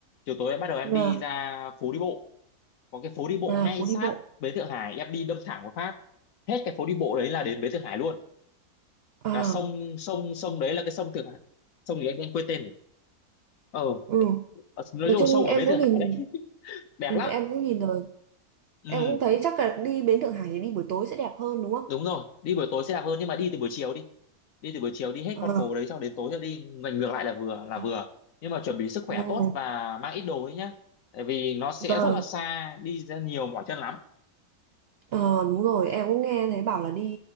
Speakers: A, on the left; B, on the right.
A: chiều tối em bắt đầu em
B: là
A: đi ra phố đi bộ có cái phố đi bộ
B: là
A: ngay
B: phố
A: sát
B: đi bộ.
A: bến Thượng Hải em đi đâm thẳng vào Pháp hết cái phố đi bộ đấy là đến bến Thượng Hải luôn
B: À,
A: là sông sông sông đấy là cái sông Thượng Hải sông gì anh, anh quên tên rồi. ờ
B: ừ.
A: ờ, nói
B: Nói
A: chung
B: chung
A: là sông
B: em
A: ở bến
B: cũng
A: Thượng
B: nhìn
A: Hải đấy <laughs> đẹp
B: ừ,
A: lắm
B: em cũng nhìn rồi.
A: ừ
B: Em cũng thấy chắc là đi bến Thượng Hải thì đi buổi tối sẽ đẹp hơn đúng không?
A: đúng rồi đi buổi tối sẽ đẹp hơn nhưng mà đi từ buổi chiều đi đi từ buổi chiều đi hết
B: Ờ.
A: con phố đấy xong đến tối rồi đi ngoảnh ngược lại là vừa là
B: À,
A: vừa nhưng mà chuẩn bị sức khỏe
B: ồ,
A: tốt và mang ít đồ đấy nhá tại vì nó sẽ
B: vâng.
A: rất là xa đi ra nhiều mỏi chân lắm
B: Ờ đúng rồi em cũng nghe thấy bảo là đi